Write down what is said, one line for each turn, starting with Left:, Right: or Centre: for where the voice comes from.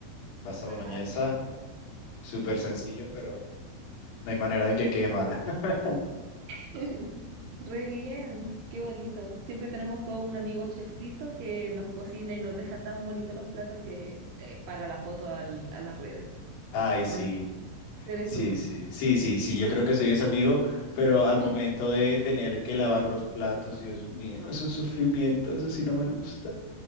Left: pasta
Right: Ah,
Left: boloñesa, súper sencillo, pero no hay manera de que quede mala. <laughs>
Right: <laughs> Re bien, qué bonito. Siempre tenemos todo un amigo chefcito que nos cocina y nos deja tan bonitos los platos que eh, para la foto al- a las redes.
Left: Ay, sí,
Right: ¿O no? Eres
Left: sí,
Right: tú.
Left: sí, sí, sí, sí, yo creo que soy ese amigo, pero al momento
Right: <laughs>
Left: de tener que lavar los platos, Dios mío, es un sufrimiento, eso sí no me gusta.